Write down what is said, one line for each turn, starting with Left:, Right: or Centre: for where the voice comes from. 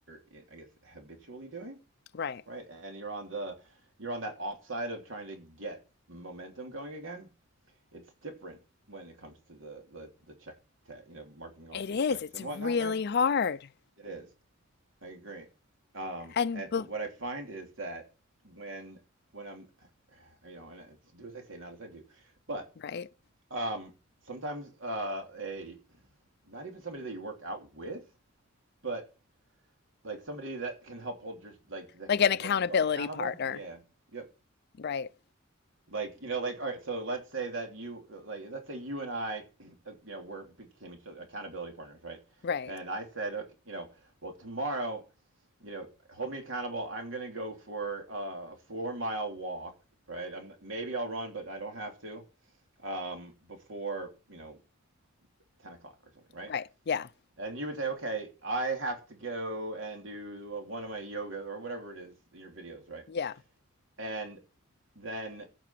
Right: you're I guess habitually doing,
Left: right.
Right: right? And you're on the you're on that offside of trying to get momentum going again. It's different when it comes to the the the check tag, you know, marking off
Left: It
Right: the
Left: is.
Right: checks
Left: It's
Right: and
Left: really
Right: whatnot, right?
Left: hard.
Right: It is. I agree. Um,
Left: And,
Right: and,
Left: bu-
Right: but what I find is that when when I'm you know, and it's do as I say, not as I do. But
Left: right.
Right: um, sometimes uh, a not even somebody that you work out with, but like somebody that can help hold your like that
Left: Like
Right: can help
Left: an accountability
Right: you hold yourself accountable.
Left: partner.
Right: Yeah. Yep.
Left: Right.
Right: Like, you know, like all right, so let's say that you like let's say you and I <clears throat> you know, we're became each other accountability partners, right?
Left: Right.
Right: And I said, okay, you know, well, tomorrow, you know, hold me accountable. I'm going to go for uh, a 4-mile walk, right? I'm maybe I'll run, but I don't have to. um, before you know 10 o'clock or something, right?
Left: Right. Yeah.
Right: And you would say, okay, I have to go and do uh, one of my yoga or whatever it is in your videos, right?
Left: Yeah.
Right: And then